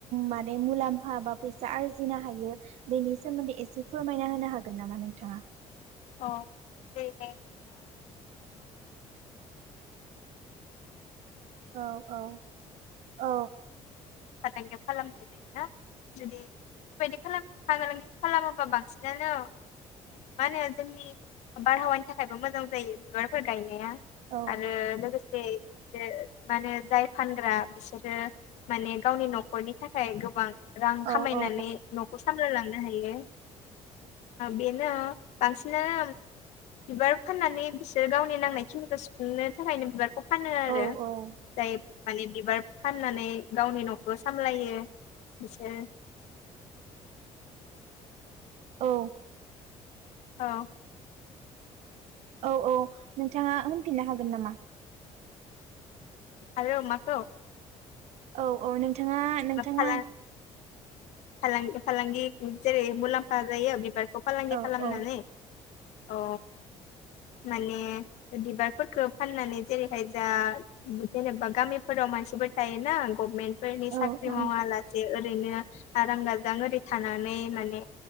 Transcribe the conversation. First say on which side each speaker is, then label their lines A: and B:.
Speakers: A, on the right; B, on the left.
A: माने मुलाम्फा बा फै सा आरजिनो हायो बेनि सोमोन्दै एसे फोरमायना होनो हागोन नामा नोंथाङा?
B: अ दे। <inaudible> <unintelligible>
A: औ औ औ
B: फालांगि खालामनोबो हायोना जुदि बेफोरबायदि खालामोबा फालांगि खालामोबा बांसिनानो माने जोंनि बारहावानि थाखायबो मोजां जायो बिबारफोर गायनाया
A: औ
B: आरो लोगोसे माने जाय फानग्रा बिसोरो माने गावनि न'खरनि थाखाय गोबां रां
A: औ
B: खामायनानै
A: औ
B: न'खौ सामलायलांनो हायो बेनो बांसिननो बिबार फाननानै बिसोरो गावनि नांनाय खिनिखौ सुफुंनो थाखायनो बिबार खौ फानो आरो
A: औ औ
B: जाय माने बिबार फाननानै गावनि न'खौ सामलायो बिसोरो।
A: औ।
B: औ।
A: औ औ नोंथाङा होनफिननो हागोन नामा।
B: आरो माखौ।
A: औ -औ नोंथाङा नोंथाङा।
B: फालां फालांगि फालांगि जेरै मुलामफा जायो बिबार। बे फालांगि
A: औ
B: खालामनानै
A: औ
B: औ। माने बिबारफोरखौ फाननानै जेरैहाय जा जेनेबा गामिफोराव मानसि। थायोना गभमेन्टफोरनि
A: औ
B: साख्रि
A: औ
B: मावालासे ओ। ओरैनो आरां गाजां ओरै थानानै माने